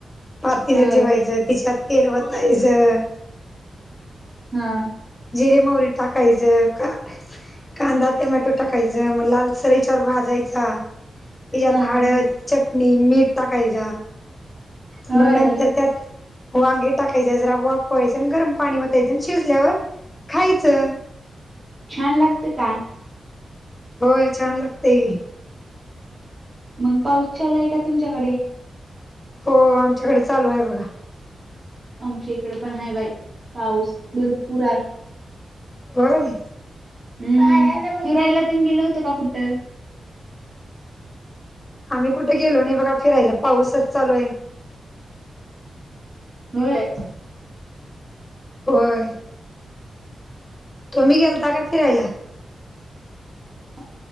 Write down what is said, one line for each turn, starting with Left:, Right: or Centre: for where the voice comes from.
Left: पातीलं
Right: होय
Left: ठेवायचं तिच्यात तेल वतायचं
Right: हा.
Left: तिरे मोरी टाकायचं का कांदा, टमॅटो, टाकायचा मग लाल सराईच्यावर भाजायचा याच्यात
Right: हा
Left: हळद,
Right: हा
Left: चटणी, मीठ टाकायच.
Right: होय
Left: मग नंतर त्यात वांगे टाकायचे जरा वा पळायच आणि गरम पाणी वतायचं आणि शिजल्यावर खायचं.
Right: छान लागतं का?
Left: होय... छान लागतंय की
Right: मग पाऊस चलाय का तुमच्याकडे?
Left: हो... आमच्याकडे चालू ए बघा
Right: आमच्या इकडं पण हाय बाई... पाऊस भरपूर हाय.
Left: बरं ए.
Right: हम् हिरायला देऊन गेलं होत. का कुठ
Left: आम्ही कुठे गेलो नाही बघा फिरायला पाऊसच चालू आहे.
Right: होय.
Left: अ. होय. तुम्ही गेलता का फिरायला
Right: ह.